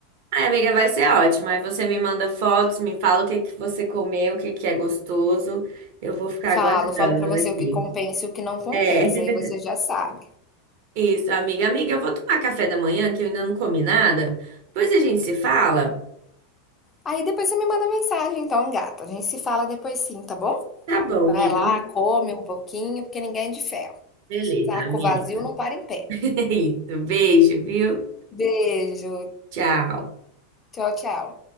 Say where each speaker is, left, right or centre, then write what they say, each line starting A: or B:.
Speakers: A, on the right; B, on the left.
A: Ai, amiga, vai ser ótimo. Aí você me manda fotos, me fala o que que você comeu, o que que é gostoso. Eu vou ficar
B: Falo,
A: aguardando
B: falo pra você
A: aqui.
B: o que compensa e o que não compensa,
A: É.
B: aí você já sabe.
A: Isso, amiga. Amiga, eu vou tomar café da manhã, que eu ainda não comi nada. Depois a gente se fala.
B: Aí depois você me manda mensagem, então, gata. A gente se fala depois sim, tá bom?
A: Tá bom,
B: Vai
A: amiga.
B: lá, come um pouquinho, porque ninguém é de ferro.
A: Beleza,
B: Saco
A: amiga.
B: vazio não para
A: <laughs>
B: em pé.
A: É isso. Beijo, viu?
B: Beijo.
A: Tchau.
B: Tchau, tchau.